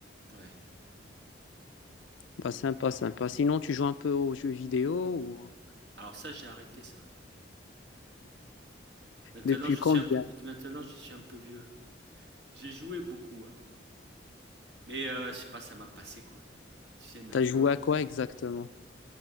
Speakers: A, on the right (about 65°); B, on the left (about 85°).
A: Ouais,
B: Bah,
A: ouais, ouais.
B: sympa, sympa. Sinon, tu joues un peu aux jeux vidéo ou
A: Alors ça, j'ai arrêté ça. Maintenant,
B: depuis
A: je
B: combien?
A: suis un peu, maintenant, je suis un peu vieux. J'ai joué beaucoup, hein. Mais euh, je sais pas, ça m'a passé quoi. Tu sais, maintenant,
B: T'as joué à quoi exactement?